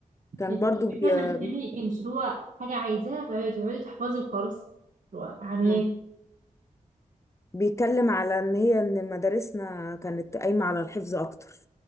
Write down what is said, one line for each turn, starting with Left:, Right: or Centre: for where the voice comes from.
Left: كان
Right: انت
Left: برضو
Right: بتبقي
Left: بي...
Right: فاهمه انت بتعملي ايه مش اللي هو حاجه عايزاها فتقعدي تقعدي تحفظي وخلاص اللي هو عمياني
Left: من... بيتكلم على ان هي ان مدارسنا كانت قايمة على الحفظ اكتر